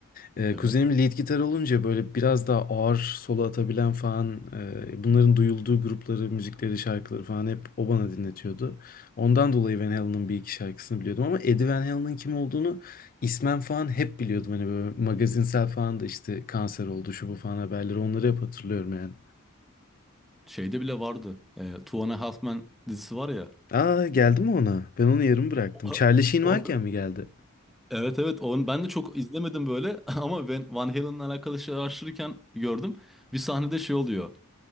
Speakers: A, on the left (about 40°); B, in the centre.
A: Ee,
B: Evet.
A: kuzenim lead gitar olunca böyle biraz daha ağır solo atabilen falan e, bunların duyulduğu grupları, müzikleri, şarkıları falan hep o bana dinletiyordu. Ondan dolayı Van Halen'ın bir iki şarkısını biliyordum ama Eddie Van Halen'ın kim olduğunu ismen falan hep biliyordum. Hani böyle magazinsel falan da işte kanser oldu şu bu falan haberleri onları hep hatırlıyorum yani.
B: Şeyde bile vardı. Eee Two and a Half Men dizisi var ya.
A: Aa geldi mi ona? Ben onu yarım bıraktım.
B: O-
A: Charlie Sheen
B: o-
A: varken mi geldi?
B: evet evet onu ben de çok izlemedim böyle <laughs> ama ben Van Halen'la alakalı şey araştırırken gördüm. Bir sahnede şey oluyor.